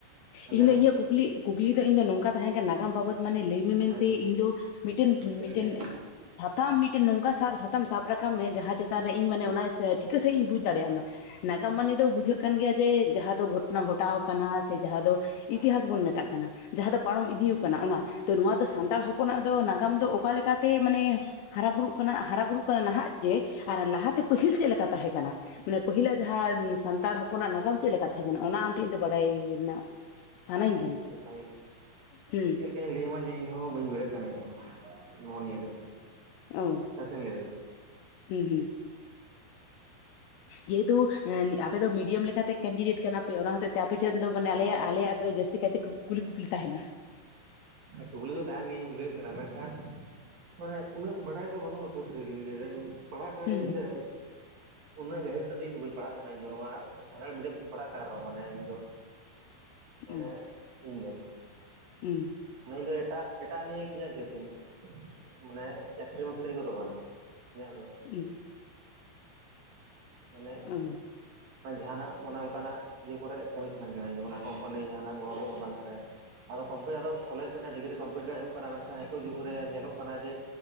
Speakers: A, on the left; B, on the right.
A: ᱤᱧ
B: ᱞᱟᱹᱭ
A: ᱫᱚ
B: ᱢᱮ
A: ᱤᱧᱟᱹᱜ ᱠᱩᱠᱞᱤ ᱠᱩᱠᱞᱤ ᱫᱚ ᱤᱧ ᱫᱚ ᱱᱚᱝᱠᱟ ᱛᱟᱦᱮᱸ ᱠᱟᱱᱟ ᱱᱟᱜᱟᱢ ᱵᱟᱵᱚᱫ ᱢᱟᱱᱮ ᱞᱟᱹᱭ ᱢᱮᱱᱛᱮ
B: ᱦᱮᱸ
A: ᱤᱧ ᱫᱚ ᱢᱤᱫᱴᱮᱱ
B: ᱪᱮᱫ
A: ᱢᱤᱫᱴᱮᱱ
B: ᱞᱮᱠᱟ
A: ᱥᱟᱛᱟᱢ ᱢᱤᱫᱴᱮᱱ ᱱᱚᱝᱠᱟ ᱥᱟᱵ ᱥᱟᱛᱟᱢ ᱥᱟᱵ ᱨᱟᱠᱟᱵ ᱢᱮ ᱡᱟᱦᱟᱸ ᱪᱮᱛᱟᱱ ᱨᱮ ᱤᱧ ᱢᱟᱱᱮ ᱚᱱᱟ
B: ᱪᱮᱫ ᱞᱮᱠᱟ
A: ᱴᱷᱤᱠᱟᱹ ᱥᱟᱺᱦᱤᱡ ᱤᱧ ᱵᱩᱡ ᱫᱟᱲᱮᱭᱟᱜ ᱢᱟ ᱱᱟᱜᱟᱢ ᱢᱟᱱᱤ ᱫᱚ ᱵᱩᱡᱷᱟᱹᱜ ᱠᱟᱱ ᱜᱮᱭᱟ ᱡᱮ ᱡᱟᱦᱟᱸ ᱫᱚ ᱜᱷᱚᱴᱚᱱᱟ ᱜᱷᱚᱴᱟᱣ
B: ᱦᱩᱸ
A: ᱠᱟᱱᱟ ᱥᱮ ᱡᱟᱦᱟᱸ ᱫᱚ
B: ᱦᱮᱸ
A: ᱤᱛᱤᱦᱟᱥ ᱵᱚᱱ ᱢᱮᱛᱟᱜ ᱠᱟᱱᱟ ᱡᱟᱦᱟᱸ ᱫᱚ ᱯᱟᱨᱚᱢ ᱤᱫᱤ ᱠᱟᱱᱟ ᱚᱱᱟ ᱱᱚᱣᱟ ᱫᱚ ᱥᱟᱱᱛᱟᱲ ᱦᱚᱯᱚᱱ ᱦᱚᱯᱚᱱᱟᱜ
B: ᱦᱮᱸ
A: ᱫᱚ ᱱᱟᱜᱟᱢ ᱫᱚ ᱚᱠᱟᱞᱮ ᱞᱮᱠᱟᱛᱮ ᱢᱟᱱᱮ ᱦᱟᱨᱟ ᱵᱩᱨᱩᱜ ᱠᱟᱱᱟ ᱦᱟᱨᱟ ᱵᱩᱨᱩᱜ ᱠᱟᱱᱟ ᱱᱟᱦᱟᱜ ᱡᱮ ᱟᱨ ᱞᱟᱦᱟᱛᱮ ᱯᱟᱹᱦᱤᱞ ᱪᱮᱫ ᱞᱮᱠᱟ ᱛᱟᱦᱮᱸ ᱠᱟᱱᱟ ᱢᱟᱱᱮ ᱯᱟᱹᱦᱤᱞᱟᱜ ᱡᱟᱦᱟᱸ ᱥᱟᱱᱛᱟᱲ ᱦᱚᱯᱚᱱᱟᱜ ᱱᱟᱜᱟᱢ ᱪᱮᱫᱞᱮᱠᱟ ᱛᱟᱦᱮᱸ ᱠᱟᱱᱟ ᱚᱱᱟ ᱟᱢᱴᱷᱮᱱ ᱫᱚ ᱵᱟᱲᱟᱭᱮᱱᱟ ᱥᱟᱱᱟᱧ
B: ᱯᱨᱚᱯᱷᱟᱭᱤᱞ
A: ᱦᱩᱸ
B: ᱪᱮᱫ ᱞᱮ ᱪᱟᱹᱧ ᱞᱟᱹᱭᱟᱢᱟ ᱡᱮ ᱤᱧᱦᱚ ᱵᱟᱹᱧ ᱵᱩᱲᱦᱟᱹᱜ ᱠᱟᱱᱟ ᱤᱧ ᱱᱚᱣᱟ ᱱᱤᱭᱟᱹ ᱫᱚ
A: ᱚ
B: ᱥᱟᱥᱮᱧ ᱞᱟᱹᱭᱫᱟ
A: ᱦᱮᱸ ᱦᱮᱸ ᱡᱮᱦᱮᱛᱩ ᱟᱯᱮ ᱫᱚ ᱢᱤᱰᱤᱭᱟᱢ ᱞᱮᱠᱟᱛᱮ ᱠᱮᱱᱰᱤᱰᱮᱴ ᱠᱟᱱᱟ ᱯᱮ ᱚᱱᱟ ᱦᱚᱛ ᱟᱯᱮ ᱴᱷᱮᱱ ᱫᱚ ᱢᱟᱱᱮ
B: ᱦᱮᱸ
A: ᱟᱞᱮᱭᱟᱜ ᱟᱞᱮᱭᱟᱜ ᱫᱚ ᱡᱟᱹᱥᱛᱤ ᱠᱟᱭᱛᱮ ᱠᱩᱞᱤ ᱠᱩᱯᱞᱤ ᱛᱟᱦᱮᱱᱟ
B: ᱠᱩᱠᱞᱤ ᱫᱚ ᱛᱟᱦᱮᱱ ᱜᱮᱧ ᱤᱧ ᱵᱩᱡᱷᱟᱹᱜ ᱠᱟᱱᱟ ᱢᱮᱱᱠᱷᱟᱱ ᱢᱟᱱᱮ ᱩᱱᱟᱹᱜ ᱵᱟᱰᱟᱭ ᱫᱚ ᱵᱟᱹᱱᱩᱜ-ᱟ ᱥᱟᱹᱨᱤ ᱥᱟᱹᱨᱤ ᱜᱮᱧ ᱞᱟᱹᱭ ᱫᱟᱹᱧ ᱯᱟᱲᱦᱟᱜ ᱠᱟᱱ
A: ᱦᱩᱸ
B: ᱨᱮᱦᱚᱧ ᱥᱮ ᱩᱱᱟᱹᱜ ᱜᱟᱹᱦᱤᱨ ᱛᱮᱫᱚ ᱤᱧᱫᱚ ᱵᱟᱹᱧ ᱯᱟᱲᱦᱟᱜ ᱠᱟᱱᱟ ᱤᱧᱫᱚ ᱱᱚᱣᱟ ᱥᱟᱱᱛᱟᱞᱤ ᱢᱮᱰᱤᱭᱟᱢ ᱛᱤᱧ ᱯᱟᱲᱦᱟᱜ ᱠᱟᱱ ᱨᱮᱦᱚᱸ ᱢᱟᱱᱮ ᱤᱧ ᱫᱚ ᱢᱟᱱᱮ
A: ᱦᱩᱸ
B: ᱤᱧ ᱫᱚ
A: ᱦᱩᱸ
B: ᱢᱟᱱᱮ ᱤᱧ ᱫᱚ ᱮᱴᱟᱜ ᱮᱴᱟᱜ ᱱᱤᱭᱮ ᱤᱧᱟᱹᱜᱪᱟᱹ ᱛᱤᱧ ᱢᱟᱱᱮ ᱪᱟᱹᱠᱨᱤ ᱱᱟᱹᱠᱨᱤ ᱠᱚᱫᱚ ᱵᱟᱝ ᱤᱧᱟᱹᱜ ᱫᱚ
A: ᱦᱩᱸ
B: ᱢᱟᱱᱮ
A: ᱚ
B: ᱢᱟᱱᱮ ᱡᱟᱦᱟᱱᱟᱜ ᱢᱟᱱᱮ ᱚᱱᱠᱟᱱᱟᱜ ᱤᱭᱟᱹ ᱠᱚᱨᱮ ᱠᱟᱹᱢᱤ ᱥᱟᱱᱟᱧ ᱠᱟᱱᱟ ᱤᱧ ᱫᱚ ᱢᱟᱱᱮ ᱠᱳᱢᱯᱟᱱᱤ ᱡᱟᱦᱟᱱᱟᱜ ᱜᱚᱲᱚ ᱠᱚ ᱚᱱᱠᱟᱱᱟᱜ ᱨᱮ ᱟᱫᱚ ᱠᱚᱢᱯᱞᱤᱴ ᱟᱫᱚ ᱠᱚᱞᱮᱡᱽ ᱢᱤᱫᱴᱟᱝ ᱰᱤᱜᱨᱤ ᱠᱚᱢᱯᱞᱤᱴ ᱦᱩᱭᱩᱜ ᱠᱟᱱᱟ ᱢᱮᱱᱠᱷᱟᱱ ᱱᱤᱛᱚᱜ ᱡᱩᱜᱽ ᱨᱮ ᱧᱮᱞᱚᱜ ᱠᱟᱱᱟ ᱡᱮ